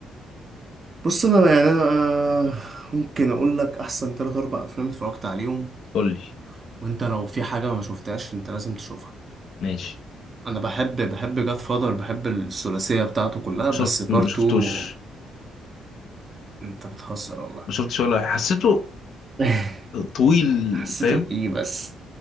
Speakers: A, on the right; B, on the left.
A: بص انا يعني انا آه، ممكن اقول لك احسن تلات اربع افلام اتفرجت عليهم
B: قول لي
A: وانت لو في حاجه ما شفتهاش انت لازم تشوفها
B: ماشي
A: انا بحب بحب جاد فادر بحب الثلاثيه بتاعته كلها بس
B: شفت
A: بارتو
B: ما شفتوش
A: انت بتهزر والله
B: ما شفتش ولا حسيته
A: <laughs>
B: طويل
A: حسيته
B: فاهم
A: ايه بس